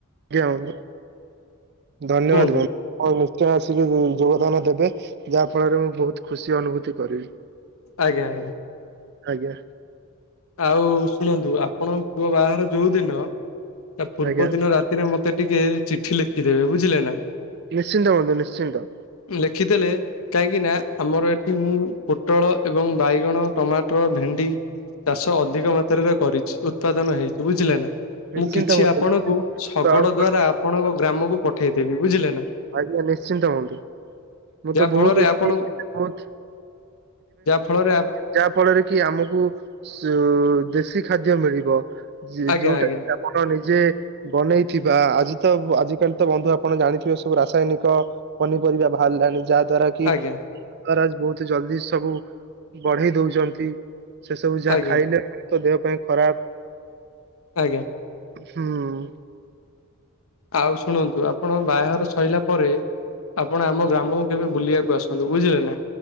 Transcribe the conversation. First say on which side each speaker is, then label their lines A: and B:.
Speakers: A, on the right; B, on the left.
A: ଆଜ୍ଞା ବନ୍ଧୁ ଧନ୍ୟବାଦ
B: କୁହନ୍ତୁ
A: ବନ୍ ଆଉ ନିଶ୍ଚୟ ଆସିକି ଯୋଗଦାନ ଦେବେ ଯାହା ଫଳରେ ମୁଁ ବହୁତ ଖୁସି ଅନୁଭୂତି କରିବି।
B: ଆଜ୍ଞା ଆଜ୍ଞ।
A: ଆଜ୍ଞା।
B: ଆଉ ଶୁଣନ୍ତୁ ଆପଣଙ୍କ ପୁଅ ବାହାଘର ଯୋଉ ଦିନ ତା ପୂର୍ବ
A: ଆଜ୍ଞା
B: ଦିନ ରା ତିରେ ମତେ ଟିକେ ଚିଠି ଲେଖିଦେବେ ବୁଝିଲ ନା।
A: ନିଶ୍ଚିନ୍ତ ବନ୍ଧୁ ନିଶ୍ଚିନ୍ତ।
B: ଲେଖିଦେଲେ କାହିଁକି ନା ଆମର ଏଠି ମୁଁ ପୋଟଳ ଏବଂ ବାଇଗଣ, ଟମାଟର ଭେଣ୍ଡି ଚାଷ ଅଧିକ ମାତ୍ରାରେ କରିଛି ଉତ୍ପାଦନ ହେଇଛି ବୁଝିଲେ ନା।
A: ନିଶ୍ଚିନ୍ତ
B: ମୁଁ କିଛି
A: ବନ୍ଧୁ
B: ଆପଣଙ୍କୁ
A: ନିଶ୍ଚିନ୍ତ
B: ଶଗଡ଼
A: ଆଉ କଣ?
B: ଦ୍ଵାରା ଆପଣଙ୍କ ଗ୍ରାମକୁ ପଠେଇଦେବି ବୁଝିଲେ ନା।
A: ଆଜ୍ଞା ନିଶ୍ଚିନ୍ତ ବନ୍ଧୁ ମୁଁ
B: ଯାହା
A: ତ
B: ଫଳରେ
A: ବହୁତ
B: ଆପଣ
A: <unintelligible> ବହୁତ୍।
B: ଯାହା ଫଳରେ ଆପ
A: ଯାହା ଫଳରେ କି ଆମକୁ ଶୁ ଦେଶୀ ଖାଦ୍ୟ ମିଳିବ
B: ଆଜ୍ଞା
A: ଯ ଯୋଉଟା
B: ଆଜ୍ଞା
A: କି ଆପଣ ନିଜେ ବନେଇଥିବା ଆଜି ତ ଆଜିକାଲି ତ ବନ୍ଧୁ ଆପଣ ଜାଣିଥିବେ ସବୁ ରାସାୟନିକ ପନିପରିବା ବାହାରିଲାଣି ଯାହା ଦ୍ଵାରା କି
B: ଆଜ୍ଞା
A: ସରକାର ବହୁତ୍ ଜଲଦି ସବୁ ବଢେଇ ଦଉଛନ୍ତି। ସେ ସବୁ ଯାହା
B: ଆଜ୍ଞା
A: ଖାଇଲେ ତ ଦେହ ପାଇଁ ଖରାପ୍।
B: ଆଜ୍ଞା।
A: ହୁଁ।
B: ଆଉ ଶୁଣନ୍ତୁ ଆପଣ ଙ୍କ ବାହାଘର ସଇଲା ପରେ ଆପଣ ଆମ ଗ୍ରାମକୁ କେବେ ବୁଲିବାକୁ ଆସନ୍ତୁ। ବୁଝିଲେ ନା।